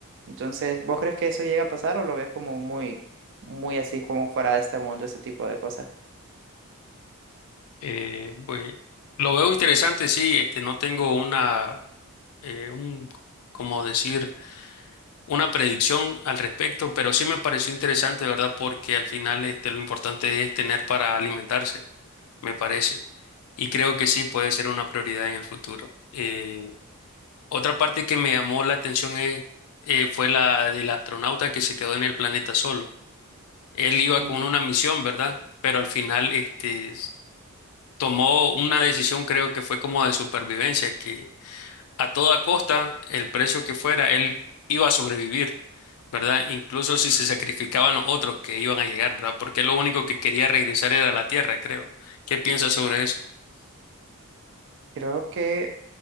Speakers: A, on the right; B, on the left.
A: Entonces, ¿vos crees que eso llega a pasar o lo ves como muy, muy así, como fuera de este mundo, ese tipo de cosas?
B: Eh, pues, lo veo interesante, sí, este, no tengo una, eh, un, como decir, una predicción al respecto, pero sí me pareció interesante, ¿verdad? Porque al final, este, lo importante es tener para alimentarse. me parece. Y creo que sí puede ser una prioridad en el futuro. Eh, otra parte que me llamó la atención es, eh, fue la del astronauta que se quedó en el planeta solo. Él iba
A: Ujú.
B: con una misión, ¿verdad? Pero al final, este, s- tomó una decisión, creo que fue como de supervivencia, que a toda costa, el precio que fuera, él iba a sobrevivir, ¿verdad? Incluso si se sacrificaban los otros que iban a llegar, ¿verdad? Porque lo único que quería regresar era a la Tierra, creo. ¿Qué piensas sobre eso?
A: Creo que,